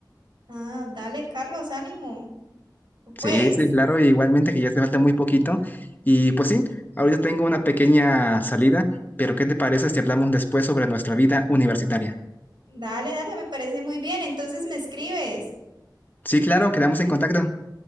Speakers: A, on the right; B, on the left.
A: Ah, dale, Carlos, ánimo.
B: Sí,
A: pues
B: sí, claro, igualmente que ya te falta muy poquito. Y pues sí, ahorita tengo una pequeña salida, pero ¿qué te parece si hablamos después sobre nuestra vida universitaria?
A: Dale, dale, me parece muy bien. Entonces me escribes.
B: Sí, claro, quedamos en contacto.